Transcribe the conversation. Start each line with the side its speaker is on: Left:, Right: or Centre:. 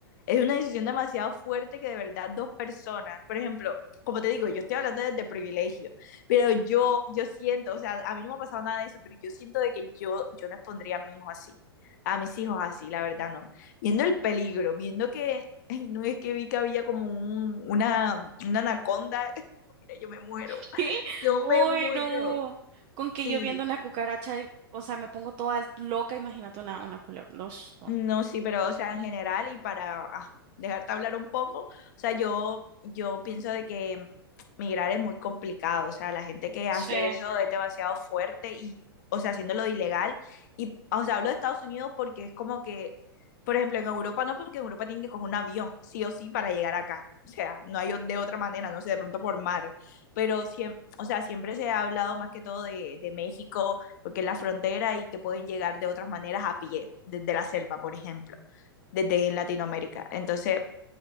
Left: es una decisión demasiado fuerte que de verdad dos personas, por ejemplo, como te digo, yo estoy hablando desde privilegio, pero yo, yo siento, o sea, a mí no me ha pasado nada de eso, pero yo siento de que yo, yo no expondría a mi hijo así, a mis hijos así, la verdad no. Viendo el peligro, viendo que, ay, no es que vi que había como un, una, una anaconda, <laughs> mira, yo me muero,
Right: <laughs> ¿Qué?
Left: yo
Right: Uy,
Left: me muero,
Right: no. Con que
Left: sí.
Right: yo viendo una cucaracha, y- o sea, me pongo toda loca, imagínate una, una culebra. No, no.
Left: No, sí, pero o sea, en general y para ajá, dejarte hablar un poco, o sea, yo, yo pienso de que migrar es muy complicado, o sea, la gente que hace
Right: Sí,
Left: eso es demasiado fuerte y, o sea, haciéndolo ilegal. Y, o sea, hablo de Estados Unidos porque es como que, por ejemplo, en Europa no, porque en Europa tienen que coger un avión, sí o sí, para llegar acá. O sea, no hay o- de otra manera, no sé, de pronto por mar, pero siempre, o sea, siempre se ha hablado más que todo de, de México porque es la frontera y que pueden llegar de otras maneras a pie, desde la selva, por ejemplo, desde Latinoamérica. Entonces,